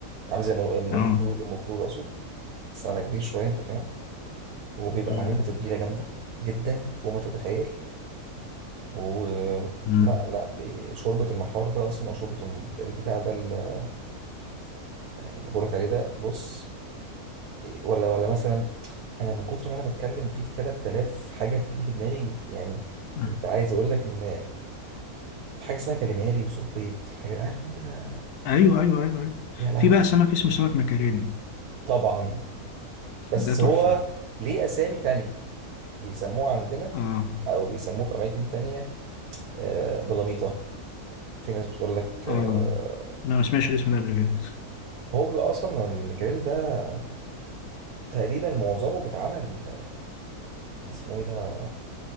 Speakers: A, on the right; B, on the left.
A: عامل زي مر- ام
B: اه
A: أم خلول ام خلول اقصد بس على كبير شوية انت فاهم وبيبقى
B: مم.
A: معمول بتتبيلة جامدة جدا فوق ما تتخيل ولا
B: مم.
A: لا لا، ب- شوربة المحار ده أصلا أو شوربة الم- بت- البتاع ده ال- اللي بقولك عليه ده بص ولا ولا مثلا أنا من كتر ما أنا بتكلم فيك 3000 حاجة بتيجي في دماغي في- يعني
B: آه.
A: أنت عايز أقول لك إن في حاجة اسمها كاليماري وصبيط الحاجات عارف أنت
B: ايوه ايوه ايوه ايوه
A: يا لهوي
B: في بقى سمك اسمه سمك مكارين
A: طبعا بس
B: ده تحفه
A: هو ليه أسامي تانية بيسموه عندنا
B: اه
A: أو بيسموه في أماكن تانية آه، بلاميطة في ناس بتقول لك
B: اه
A: آه،
B: انا ما سمعتش الاسم ده قبل كده
A: هو بيبقى أصلا الميكاريل ده تقريبا معظمه بيتعمل آه، اسمه إيه ده